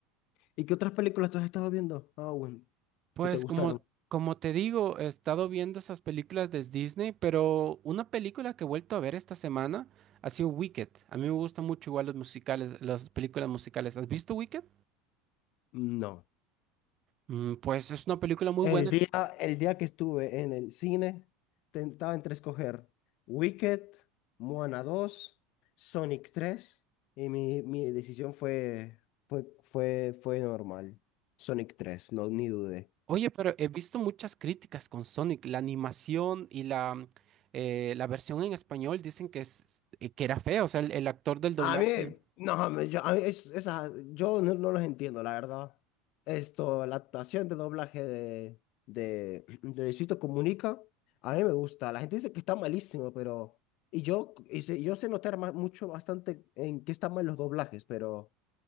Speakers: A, on the left; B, on the right.
A: ¿Y qué otras películas tú has estado viendo, Owen,
B: Pues
A: que te gustaron?
B: como, como te digo, he estado viendo esas películas de Disney, pero una película que he vuelto a ver esta semana ha sido Wicked. A mí me gustan mucho igual los musicales, las películas musicales. ¿Has visto Wicked?
A: No.
B: Mm, pues es una película muy
A: El
B: buena.
A: día, el día que estuve en el cine, tentaba entre escoger Wicked, Moana dos, Sonic tres y mi, mi decisión fue, fue, fue, fue normal. Sonic tres, no, ni dudé.
B: Oye, pero he visto muchas críticas con Sonic. La animación y la, eh, la versión en español dicen que, es, eh, que era fea, o sea, el, el actor del doblaje.
A: A mí, no, me- yo, a mí es- esas- yo no, no los entiendo, la verdad. Esto, la actuación de doblaje de, de, <clears throat> de Luisito Comunica, a mí me gusta. La gente dice que está malísimo, pero... Y yo, y sé- yo sé notar ma- mucho, bastante en qué están mal los doblajes, pero